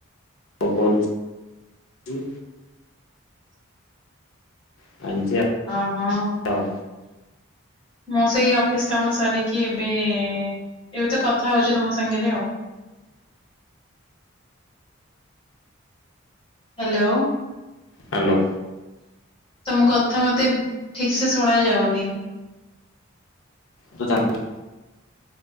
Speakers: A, on the left; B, on the left.
A: ହୋଉ କରୁ ଚି। <unintelligible>
B: ଅଁ ହଁ।
A: ଆଉ।
B: ମୁଁ ସେଇ ଅଫିସ କାମ ସାରିକି ଏବେ ଏବେ ତ କଥା ହଉଛି ତମ ସାଙ୍ଗରେ ଆଉ। ହ୍ୟାଲୋ।
A: ହ୍ୟାଲୋ।
B: ତମ କଥା ମତେ ଠିକ ସେ ଶୁଣା ଯାଉନି।
A: ମୁଁ ତ। <unintelligible>